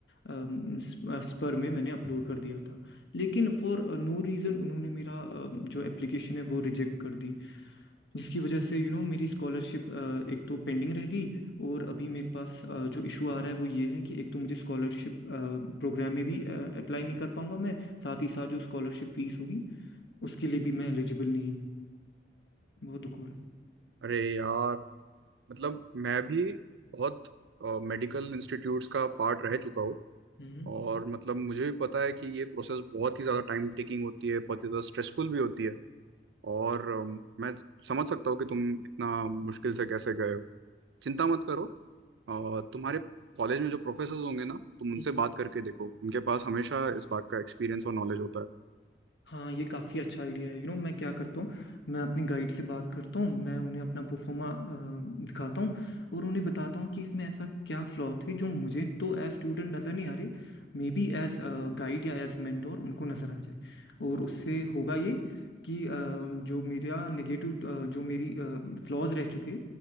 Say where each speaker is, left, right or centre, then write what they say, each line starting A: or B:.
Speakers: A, on the left (about 70°); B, on the right (about 75°).
A: अम, स्प- अ, स्पर में मैंने अपलोड कर दिया था लेकिन फॉर नो रीज़न उन्होंने मेरा अ, जो एप्लीकेशन है वो रिजेक्ट कर दी जिसकी वजह से यू you नो know, मेरी स्कॉलरशिप एक तो पेंडिंग रह गई और अभी मेरे पास अ, जो इशू आ रहा है वो ये है कि एक तो मुझे स्कॉलरशिप प्रोग्राम में भी अप्लाई नहीं कर पाऊंगा मैं साथ ही साथ जो स्कॉलरशिप फीस होगी उसके लिए भी मैं एलिजिबल नहीं हूँ बहुत दुख हो रहा है
B: अरे यार मतलब मैं भी बहुत मेडिकल इंस्टीट्यूट्स का पार्ट रह चुका हूँ
A: हम्म
B: और मतलब मुझे भी पता है कि ये प्रोसेस बहुत ही ज़्यादा टाइम टेकिंग होती है बहुत ही ज़्यादा स्ट्रेसफुल भी होती है और अम, मैं समझ सकता हूँ कि तुम इतना मुश्किल से कैसे गए हो चिंता मत करो अ, तुम्हारे कॉलेज में जो प्रोफेसर होंगे ना तुम उनसे
A: हम्म।
B: बात करके देखो उनके पास हमेशा इस बात का एक्सपीरियंस और नॉलेज होता है
A: हाँ ये काफ़ी अच्छा आइडिया है यू नो मैं क्या करता हूँ मैं अपनी गाइड से बात करता हूँ मैं उन्हें अपना प्रोफोमा दिखाता हूँ और उन्हें बताता हूँ कि इसमें ऐसा क्या फ्लॉ थे जो मुझे तो एज स्टूडेंट नज़र नहीं आ रहे मे बी एज गाइड या एज मेंटोर उनको नज़र आ जाए और उससे होगा ये कि अ, जो मेरा नेगेटिव जो मेरी फ्लॉज रह चुके